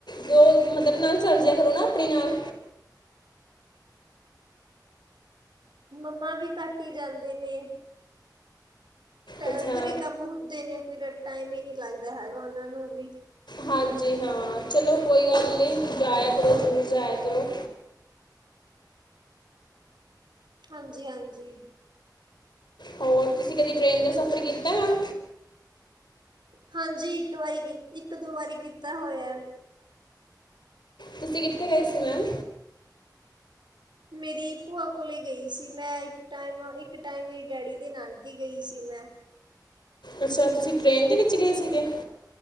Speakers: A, on the left; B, on the right.
A: ਦੋ ਮਦਰ ਨਾਲ ਚਲ ਜਿਆ ਕਰੋ ਨਾ। ਆਪਣੇ ਨਾਲ
B: ਮੰਮਾ ਵੀ ਘੱਟ ਈ ਜਾਂਦੇ ਨੇ। ਟ
A: ਅੱਛਾ
B: ਘਰੇ ਕੰਮ ਹੁੰਦੇ ਨੇ ਫਿਰ ਟਾਈਮ ਈ ਨੀ ਲੱਗਦਾ ਹੈਗਾ ਓਨਾਂ ਨੂੰ ਵੀ।
A: ਹਾਂਜੀ ਹਾਂ ਚਲੋ ਕੋਈ ਗੱਲ ਨੀ ਜਾਇਆ ਕਰੋ ਜੂਰ ਜਾਇਆ ਕਰੋ
B: ਹਾਂਜੀ-ਹਾਂਜੀ।
A: ਹੋਰ ਤੁਸੀਂ ਕਦੀ ਟ੍ਰੇਨ ਦਾ ਸਫ਼ਰ ਕੀਤਾ ਮੈਮ?
B: ਹਾਂਜੀ ਇੱਕ ਵਾਰੀ ਕੀ ਇੱਕ ਦੋ ਵਾਰੀ ਕੀਤਾ ਹੋਇਆ।
A: ਤੁਸੀਂ ਕਿੱਥੇ ਗਏ ਸੀ ਮੈਮ?
B: ਮੇਰੀ ਭੂਆ ਕੋਲੇ ਗਈ ਸੀ ਮੈਂ ਇੱਕ ਟਾਈਮ ਇੱਕ ਟਾਈਮ ਮੇਰੀ ਡੈਡੀ ਦੇ ਨਾਨਕੇ ਗਈ ਸੀ ਮੈਂ।
A: ਅੱਛਾ, ਤੁਸੀਂ ਟ੍ਰੇਨ ਦੇ ਵਿੱਚ ਗਏ ਸੀਗੇ?